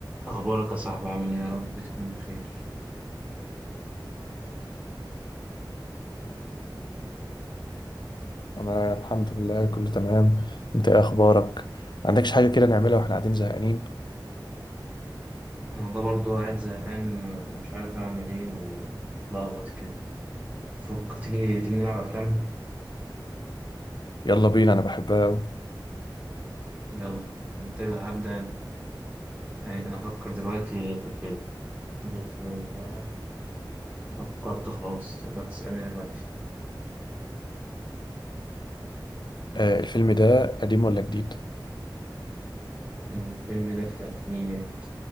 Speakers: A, on the right (about 20°); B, on the left (about 65°).
A: أخبارك يا صاحبي عامل إيه يا رب تكون بخير
B: انا الحمد لله كله تمام انت ايه اخبارك ما عندكش حاجه كده نعملها واحنا قاعدين زهقانين
A: أنا والله برضه قاعد زهقان ومش عارف أعمل إيه ومتلخبط كده فكر تيجي تيجي نلعب أفلام
B: يلا بينا انا بحبها أوي.
A: يلا أنا هبدأ أنا آه، أنا أفكر دلوقتي في فيلم بسم الله فكرت خلاص تقدر تسألني دلوقتي
B: آه الفيلم ده قديم ولا جديد
A: الفيلم ده في الألفينيات